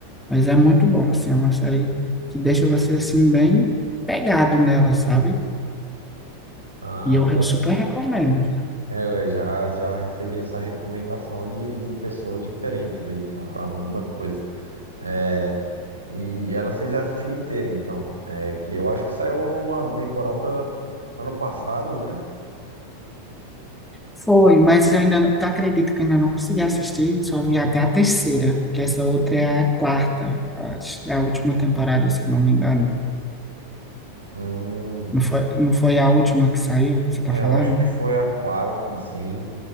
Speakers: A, in the centre; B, on the right (about 80°).
A: Mas é muito bom, assim, é uma série que deixa você, assim, bem pegado nela, sabe?
B: Ah,
A: E eu re- super recomendo.
B: é, é, eu já, já recebi essa recomendação de, de pessoas diferentes aí que falaram a mesma coisa. É, e ela você já assistiu inteira, então. É, que eu acho que saiu uma temporada ano passado, né?
A: Foi, mas eu ainda, não- tu acredita que eu ainda não consegui assistir, só vi até a terceira, que essa outra é a quarta, acho que é a última temporada, se eu não me engano.
B: Hum,
A: Não foi, não foi a última que saiu, que você tá
B: é,
A: falando?
B: eu acho que foi a quarta, sim.